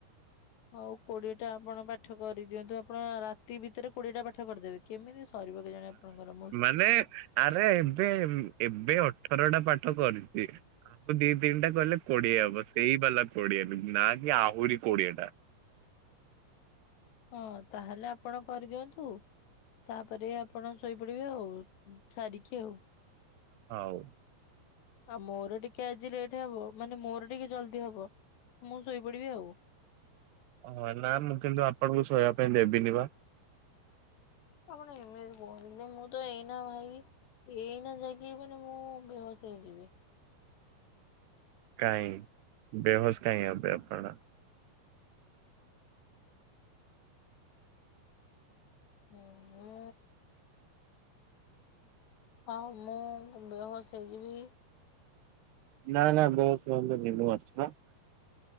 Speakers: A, on the left (about 80°); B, on the right (about 75°).
A: ହଉ କୋଡିଏଟା ଆପଣ ପାଠ କରିଦିଅନ୍ତୁ। ଆପଣ ରାତି ଭିତରେ କୋଡିଏଟା ପାଠ କରିଦେବେ? କେମିତି ସରିବ କେଜାଣି ଆପଣଙ୍କର ମୁଁ
B: ମେ ଆରେ ଏବେ ଏବେ ଅଠରଟା ପାଠ କରିଛି ଆଉ ଦି ତିନିଟା କଲେ କୋଡିଏ ହବ ସେଇ ହେଲା କୋଡିଏ ନା କି ଆହୁରି କୋଡିଏଟା।
A: ହଁ ତାହେଲେ ଆପଣ କରିଦିଅନ୍ତୁ। ତାପରେ ଆପଣ ଶୋଇପଡିବେ ଆଉ ସାରିକି ଆଉ।
B: ହଉ।
A: ଆଉ ମୋର ଟିକେ ଆଜି ଲେଟ୍ ହବ। ମାନେ ମୋର ଟିକେ ଜଲଦି ହବ ମୁଁ ଶୋଇପଡିବି ଆଉ।
B: ଓହୋ। ନାଁ ମୁଁ କିନ୍ତୁ ଆପଣଙ୍କୁ ଶୋଇବା ପାଇଁ ଦେବିନି ବା।
A: ଆପଣ ଏମିତି କୁହନ୍ତୁନି। ମୁଁ ତ ଏଇନା ଭାଇ ଏଇନା ଯାଇକି ମାନେ ମୁଁ ବେହୋସ ହେଇ ଯିବି।
B: କାଇଁ ବେହୋସ କାଇଁ ଅବେ ଆପଣ?
A: ହୁଁ ହଁ ମୁଁ ବେହୋସ ହେଇଯିବି।
B: ନା ନା ବେହୋସ ହବନି ମୁଁ ଆଛି ବା।